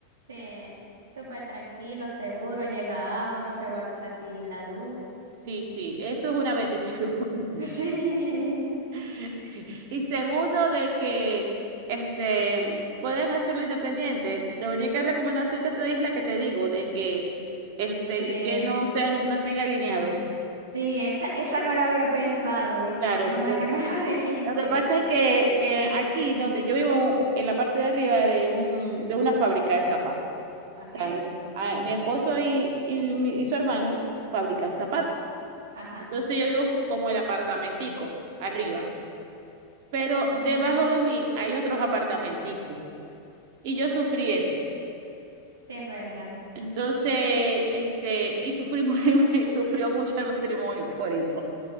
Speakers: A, on the right; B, on the right.
A: sí, súper tranquilo, seguro, llega agua, no se va casi la luz.
B: Sí, sí, eso es una bendición. <laughs>
A: <laughs> Sí,
B: <laughs> Y segundo, de que este, pueden hacerlo independiente. La única recomendación que te doy es la que te digo, de que, este,
A: sí,
B: que no sean, no estén alineados.
A: sí, esa, esa no lo había pensado, ¿viste?
B: Claro,
A: Menos mal
B: yo-
A: que me la <laughs> dijiste,
B: lo que pasa es que eh, aquí donde yo vivo, en la parte de arriba de un, de una fábrica de zapatos,
A: ¿ok?
B: tan- ah, mi esposo y, y, mi- y su hermano fabrican zapatos.
A: Ajá,
B: Entonces yo vivo como el apartamentico, arriba. Pero
A: mm,
B: debajo de mí hay otros apartamenticos. Y yo sufrí eso.
A: sí, es verdad.
B: Entonces, este, y sufrimos, <laughs> sufrió mucho el matrimonio por eso.